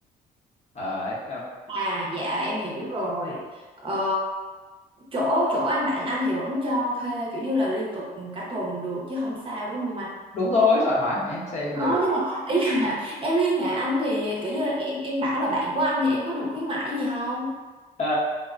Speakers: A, on the left; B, on the right.
A: Đấy,
B: À dạ em hiểu rồi. Ờ, chỗ chỗ anh bạn anh thì vẫn cho thuê kiểu như là liên tục cả tuần được chứ không sao đúng không anh?
A: đúng rồi thoải mái mà em xe bây
B: Ờ,
A: giờ
B: nhưng mà ý là <laughs> em liên hệ anh thì kiểu như là em em bảo là bạn của anh thì em có được khuyến mãi gì không?
A: Ờ,